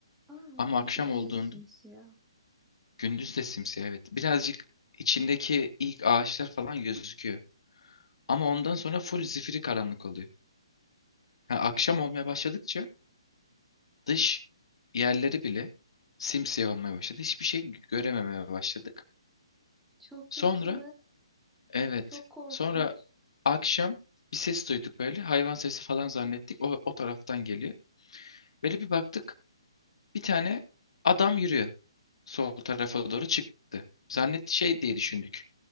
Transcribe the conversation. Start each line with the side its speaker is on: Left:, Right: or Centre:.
Centre: Aa
Left: Ama
Centre: gündüz
Left: akşam olduğunda
Centre: de simsiyah.
Left: gündüz de simsiyah evet. Birazcık içindeki ilk ağaçlar falan gözüküyor. Ama ondan sonra full zifiri karanlık oluyor. Ha, akşam olmaya başladıkça dış yerleri bile simsiyah olmaya başladı. Hiçbir şey görememeye başladık.
Centre: Çok
Left: Sonra
Centre: kötü.
Left: evet.
Centre: Çok korkunç.
Left: Sonra akşam bir ses duyduk böyle. Hayvan sesi falan zannettik. O, o taraftan geliyor. Böyle bir baktık. Bir tane adam yürüyor. Sol tarafa doğru çıktı. Zannetti şey diye düşündük.